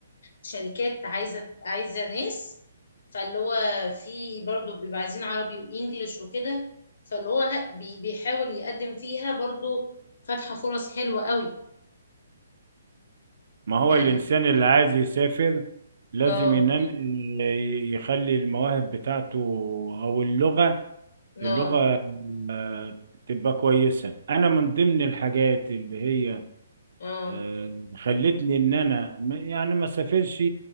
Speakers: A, on the left (about 60°); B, on the right (about 60°).
A: الشركات عايزة عايزة ناس فاللي هو في برضو بيبقى عايزين عربي وإنجليش وكده فاللي هو لا، بي- بيحاول يقدم فيها برضو فاتحة فرص حلوة قوي
B: ما هو
A: يعني
B: الإنسان اللي عايز يسافر لازم
A: اه
B: ينام ي- يخلي المواهب بتاعته أو اللغة
A: اه
B: اللغة آه، تبقى كويسة أنا من ضمن الحاجات اللي هي
A: اه
B: آه، خلتني ان انا م- يعني ما سافرش